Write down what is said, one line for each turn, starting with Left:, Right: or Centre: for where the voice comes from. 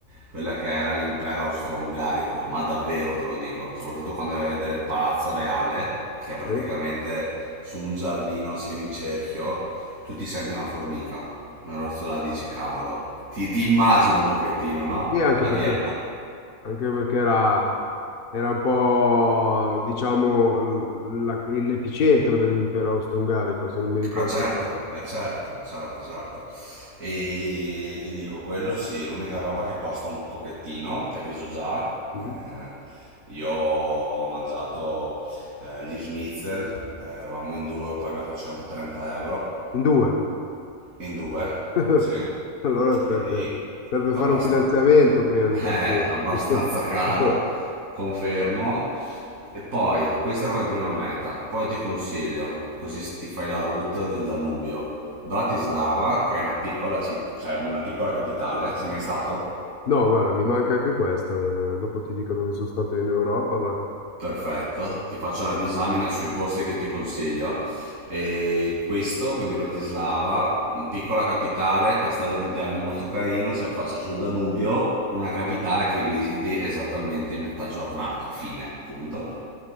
Right: quella che era l'impero austro-ungarico, ma davvero te lo dico, soprattutto quando vai a vedere il Palazzo Reale, che è praticamente
Left: Sì?
Right: su un giardino a semicerchio, tu ti senti una formica, allora tu la dici, cavolo, ti, ti immagini un pochettino, no?
Left: Sì, anche
Right: A
Left: perché,
Right: Vienna.
Left: anche perché era, era un po', diciamo, l- la- l'epicentro dell'impero austro-ungarico, se non mi ricordo
Right: Ah certo,
Left: male.
Right: eh, certo, certo, certo. E ti dico, quello sì, l'unica roba che costa un pochettino, ti avviso già. eh,
Left: Mm.
Right: io ho mangiato eh, gli schnitzel, eh, eravamo in due, ho pagato 130 euro.
Left: In due.
Right: In due,
Left: <laughs> Eh,
Right: sì,
Left: Allora
Right: quindi
Left: serve, serve
Right: abbastan-
Left: fare un finanziamento prima
Right: <laughs>
Left: di partire.
Right: eh, abbastanza
Left: <laughs>
Right: caro, confermo. E poi, questa come prima meta, poi ti consiglio, così ti fai la route del Danubio. Bratislava, che è una piccola città, cioè una piccola capitale, sei mai stato?
Left: No, guarda, mi manca anche questo. eh, dopo ti dico dove sono stato in Europa, ma
Right: Perfetto, ti faccio una disamina sui posti che ti consiglio. E questo, quindi Bratislava, piccola capitale, castello di Derli molto carino, si affaccia sul Danubio, una capitale che visiti esattamente in metà giornata, fine, punto.